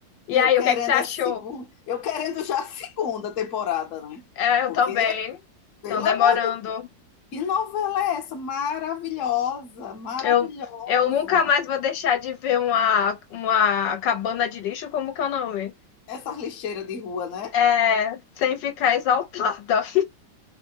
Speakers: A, on the left (about 50°); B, on the left (about 75°).
A: E
B: E aí,
A: eu querendo
B: o que é que você achou?
A: a segunda, eu querendo já a segunda temporada, né?
B: É, eu
A: Porque,
B: também.
A: pelo
B: Estão demorando.
A: amor de Deus, que novela é essa? Maravilhosa, maravilhosa.
B: Eu, eu nunca mais vou deixar de ver uma, uma cabana de lixo, como que é o nome?
A: Essas lixeiras de rua, né?
B: É, sem ficar exaltada.